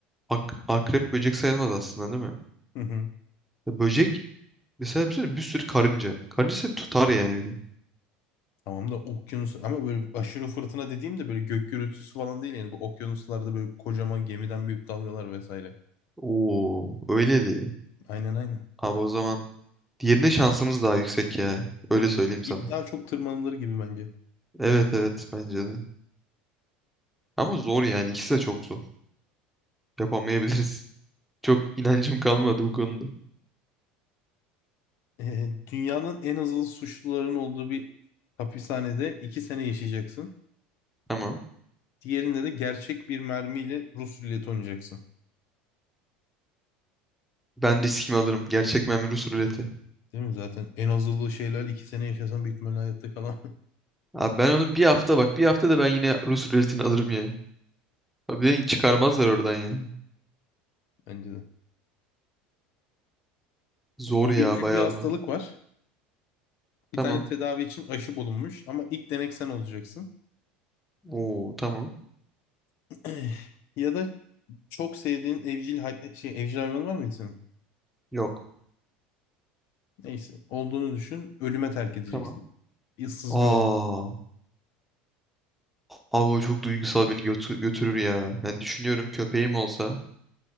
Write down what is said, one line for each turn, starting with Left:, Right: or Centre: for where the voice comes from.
Centre: Ak akrep böcek sayılmaz aslında değil mi?
Left: <laughs>
Centre: Ya böcek mesela bir sürü, bir sürü karınca. Karınca seni tutar yani bir de.
Left: Tamam da okyanus ama böyle aşırı fırtına dediğimde böyle gök gürültüsü falan değil yani bu okyanuslarda böyle kocaman gemiden büyük dalgalar vesaire.
Centre: Oo öyle değil.
Left: Aynen aynen.
Centre: Abi o zaman diğerine şansımız daha yüksek ya. Öyle söyleyeyim sana.
Left: İp daha çok tırmanılır gibi bence.
Centre: Evet evet bence de. Ama zor yani ikisi de çok zor. Yapamayabiliriz. Çok inancım kalmadı bu konuda.
Left: Ee, dünyanın en azılı suçluların olduğu bir hapishanede iki sene yaşayacaksın.
Centre: Tamam.
Left: Diğerinde de gerçek bir mermiyle Rus ruleti oynayacaksın.
Centre: Ben riskimi alırım. Gerçek memur Rus ruleti.
Left: Değil mi? Zaten en azılı şeyler iki sene yaşasan büyük ihtimalle hayatta kalamam
Centre: Abi ben onu bir hafta bak bir hafta da ben yine Rus ruletini alırım yani. Abi beni çıkarmazlar oradan yani.
Left: <laughs> bence de.
Centre: Zor
Left: Ölümcül
Centre: ya bayağı
Left: bir hastalık
Centre: zor.
Left: var.
Centre: Tamam.
Left: Bir tane tedavi için aşı bulunmuş ama ilk denek sen olacaksın.
Centre: Oo tamam.
Left: <clears throat> Ya da Çok sevdiğin evcil hay- şey evcil hayvanı var mı insanın?
Centre: Yok.
Left: Neyse. Olduğunu düşün. Ölüme terk edeceksin.
Centre: Tamam.
Left: Issız
Centre: Aa.
Left: bir ortam.
Centre: Abi o çok duygusal beni götü- götürür ya. Yani düşünüyorum köpeğim olsa.